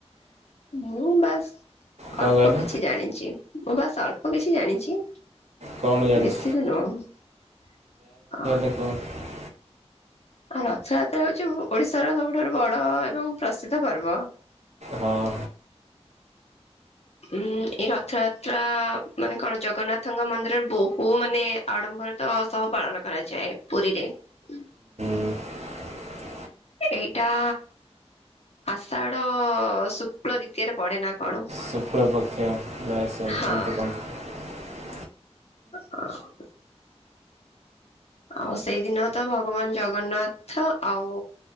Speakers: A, on the left; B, on the right.
A: ମୁଁ ବାସ୍
B: କଣ
A: ଅଳ୍ପ
B: କହିଲ
A: କିଛି ଜାଣିଛି। ମୁଁ ବାସ ଅଳ୍ପ କିଛି ଜାଣିଛି।
B: କଣ ଜାଣିଛ?
A: ବେଶୀ ବି ନାଇଁ ଅ
B: ଓହ
A: ଆଉ ରଥଯାତ୍ରା ହଉଛି ଓଡ଼ିଶାର ସବୁଠାରୁ ବଡ଼ ଏବଂ ପ୍ରସିଦ୍ଧ ପର୍ବ।
B: ହଁ
A: ଉଁ ଏଇ ରଥଯାତ୍ରା ମାନେ କଣ ଜଗନ୍ନାଥଙ୍କ ମନ୍ଦିରରେ ବହୁ ମାନେ ଆଡ଼ମ୍ବର ତ ସହ ପାଳନ କରାଯାଏ ପୁରୀରେ ହୁଁ
B: <inaudible>
A: ଏଇଟା ଆଷାଢ ଶୁକ୍ଳ ଦ୍ଵିତୀୟରେ ପଡ଼େ ନା କଣ?
B: ଶୁକ୍ଳପକ୍ଷ ନୟାସ ଏମିତି
A: ହଁ
B: କହନ୍ତି।
A: <inaudible> ଆଉ ସେଇଦିନ ତ ଭଗବାନ ଜଗନ୍ନାଥ ଆଉ